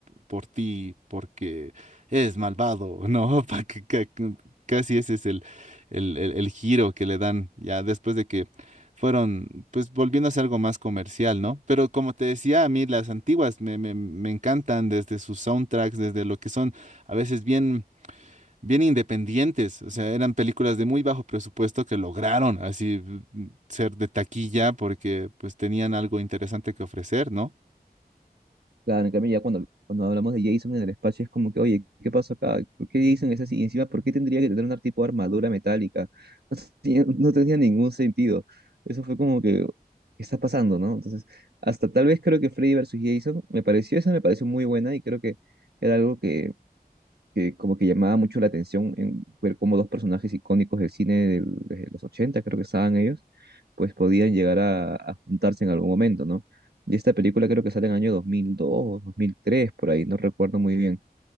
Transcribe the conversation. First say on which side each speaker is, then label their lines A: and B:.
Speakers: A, on the right; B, on the right.
A: por ti porque es malvado, ¿no? <laughs> Pa- que- que- Casi ese es el el, el- el giro que le dan ya después de que fueron, pues volviéndose algo más comercial, ¿no? Pero como te decía, a mí las antiguas me, me, me encantan desde sus soundtracks, desde lo que son a veces bien, bien independientes, o sea, eran películas de muy bajo presupuesto que lograron así mm, ser de taquilla porque pues tenían algo interesante que ofrecer, ¿no?
B: Claro, en cambio ya cuando, cuando hablamos de Jason en el espacio es como que, oye, ¿qué pasó acá? ¿Por qué Jason es así? Y encima, ¿por qué tendría que tener un tipo de armadura metálica? <laughs> No tenía, no tenía ningún sentido. Eso fue como que, ¿qué está pasando, no? Entonces, hasta tal vez creo que Freddy versus Jason, me pareció, esa me pareció muy buena y creo que era algo que que como que llamaba mucho la atención en ver cómo dos personajes icónicos del cine del- de los 80 creo que estaban ellos, pues podían llegar a, a juntarse en algún momento, ¿no? Y esta película creo que sale en el año 2002, 2003 por ahí, no recuerdo muy bien,